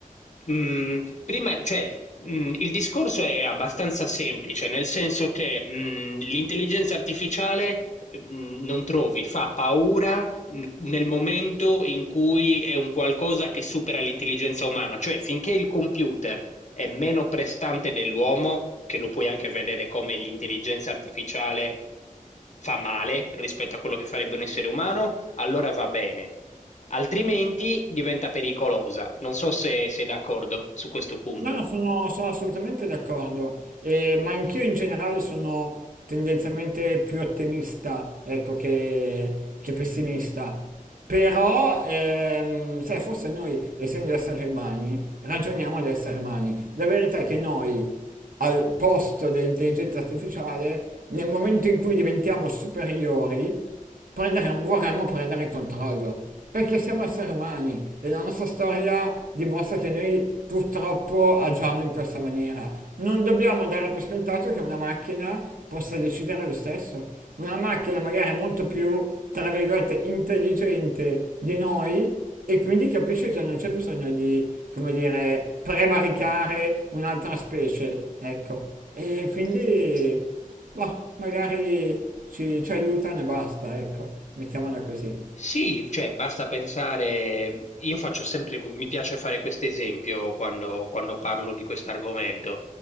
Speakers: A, on the left; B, on the right.
A: Mm, prima, cioè, Mhmm, il discorso è abbastanza semplice, nel senso che, mhmm, l'intelligenza artificiale, mhmm, non trovi, fa paura n- nel momento in cui è un qualcosa che supera l'intelligenza umana, cioè finché il computer è meno prestante dell'uomo, che lo puoi anche vedere come l'intelligenza artificiale fa male rispetto a quello che farebbe un essere umano, allora va bene. Altrimenti diventa pericolosa. Non so se sei d'accordo su questo punto.
B: No, no, sono, sono assolutamente d'accordo, E- ma anch'io in generale sono tendenzialmente più ottimista, ecco, che, che pessimista. Però, ehm, sai, forse noi, essendo esseri umani, ragioniamo da esseri umani. La verità è che noi, al posto dell'intelligenza artificiale, nel momento in cui diventiamo superiori, prendere- vorremmo prendere il controllo, perché siamo esseri umani e la nostra storia dimostra che noi purtroppo agiamo in questa maniera. Non dobbiamo dare per scontato che una macchina possa decidere lo stesso. Una macchina magari molto più, tra virgolette, intelligente di noi e quindi capisce che non c'è bisogno di, come dire, prevaricare un'altra specie, ecco. E quindi Boh, magari ci, ci aiutano e basta, ecco, mettiamola così.
A: Sì, cioè basta pensare, io faccio sempre, mi piace fare questo esempio quando, quando parlo di questo argomento.